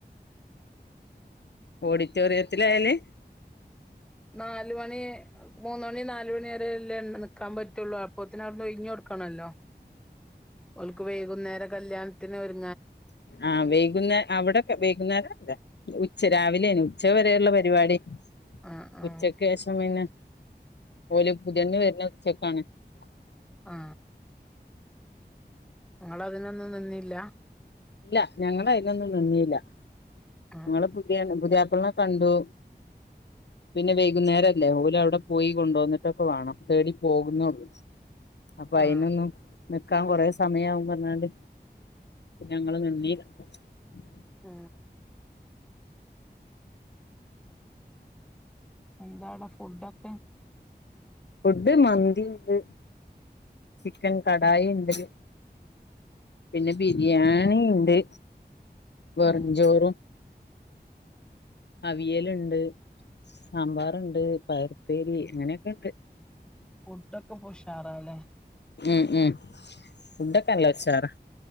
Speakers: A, on the left; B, in the centre.
A: ഓഡിറ്റോറിയത്തിലായാല്
B: നാല് മണി മൂന്ന് മണി നാല് മണി വരെല്ലെ നിക്കാൻ പ റ്റുള്ളൂ അപ്പോത്തിന് അവിടന്ന് ഒഴിഞ്ഞു കൊടുക്കണല്ലോ ഓൽക്ക് വൈകുന്നേരം കല്യാ ത്തിന് ഓരു
A: ആഹ് വൈകുന്നേ അവിടക്കെ വൈകുന്നേരല്ലേ ഉച് ച്ച രാവിലേണ് ഉച്ച വരെള്ള പരിപാടി
B: ആഹ് ആഹ്
A: ഉച്ചക്ക് ശേഷം പിന്നെ ഓൽ പുതിയണ്ണ് വര്ണത് ഉച്ചക്കാണ് <unintelligible>
B: ആ നിങ്ങള് അതിനൊന്നും നിന്നില്ല
A: ഇല്ല ഞങ്ങള് അയിലൊന്നും നിന്നില്ല
B: ആഹ്
A: നിങ്ങള് പുതിയ മുതല അപ്പളെ കണ്ടു പിന്നെ വൈകുന്നേരല്ലേ ഓല് അവിടെ പോയി കൊണ്ട വന്നിട്ടൊക്കെ വേണം തേടി പോകുന്നുള്ളു അപ്പൊ അയിനൊന്നും
B: ആഹ്
A: നിക്കാൻ കുറേ സമയവും പറഞൊണ്ട് ഞങ്ങളൾ നിന്നീല്ലാ ഉ
B: ഉ എന്താവിട ഫുഡൊക്കെ
A: ഫുഡ് മന്തി ഉണ്ട് ചിക്കൻ കടായി ഉണ്ട് പിന്നെ ബിരിയാണി ഉണ്ട് വെറുംചോറും
B: ഉം
A: അവിയലുണ്ട് സാമ്പാറുണ്ട് ഉപ്പേരി നിനകൊക്കെ
B: ഫുഡൊക്കെ ഉഷാറാല്ലാം
A: ഉം ഉം ഫുഡൊക്കെല്ല ചോറാ